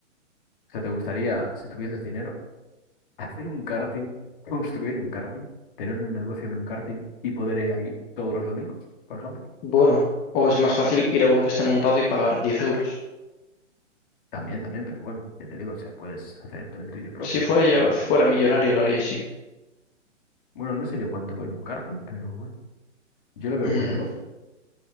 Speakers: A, on the left; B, on the left.
A: O sea, ¿te gustaría, si tuvieses dinero, <laughs> hacer un karting, construir un karting, tener un negocio de un karting y poder ir ahí todos los domingos, por ejemplo?
B: Bueno, o es más fácil ir a uno que esté montado y pagar diez euros.
A: También, también, pero bueno, ya te digo, o sea, puedes hacer tú el tuyo propio.
B: Si fuera
A: el
B: yo,
A: tuyo.
B: fuera millonario lo haría, sí.
A: Bueno, no sé yo cuánto vale un karting, pero bueno, yo lo veo
B: <clears throat>
A: buen negocio.